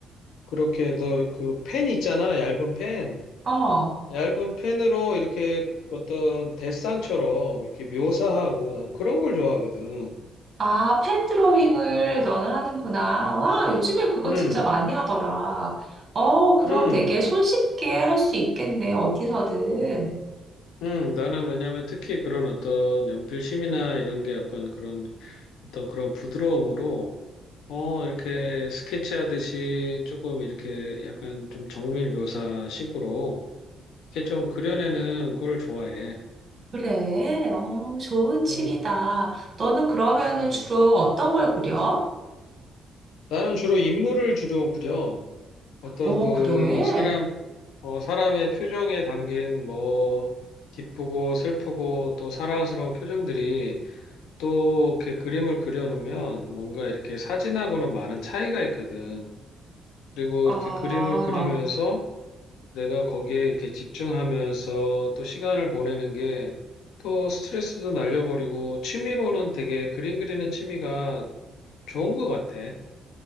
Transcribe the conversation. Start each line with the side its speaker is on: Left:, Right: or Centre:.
Left: 그렇게 너 그 펜 있잖아. 얇은 펜.
Right: 어.
Left: 얇은 펜으로 이렇게 어떤 데상처럼 이렇게 묘사하고 난 그런 걸 좋아하거든.
Right: 아, 펜 드로잉을 너는 하는구나. 와, 요즘에 그거
Left: 음,
Right: 진짜 많이 하더라. 어, 그럼
Left: 음,
Right: 되게 손쉽게 할 수 있겠네, 어디서든.
Left: 음. 나는 왜냐면 특히 그런 어떤 연필심이나 이런 게 약간 그런 어떤 그런 부드러움으로 어, 이렇게 스케치하듯이 조금 이렇게 약간 좀 정밀 묘사식으로 이렇게 좀 그려내는 걸 좋아해.
Right: 그래, 어, 좋은 취미다.
Left: 음,
Right: 너는 그러면은
Left: 음.
Right: 주로 어떤 걸 그려?
Left: 나는 주로 인물을 주로 그려. 어떤
Right: 어,
Left: 그
Right: 그래?
Left: 사람, 어, 사람의 표정에 담긴 뭐 기쁘고 슬프고 또 사랑스러운 표정들이 또 이렇게 그림을 그려놓으면 뭔가 이렇게 사진하고는 많은 차이가 있거든. 그리고
Right: 아.
Left: 이렇게 그림을 그리면서 내가 거기에 이렇게 집중하면서 또 시간을 보내는 게 또 스트레스도 날려버리고 취미로는 되게 그림 그리는 취미가 좋은 것 같아.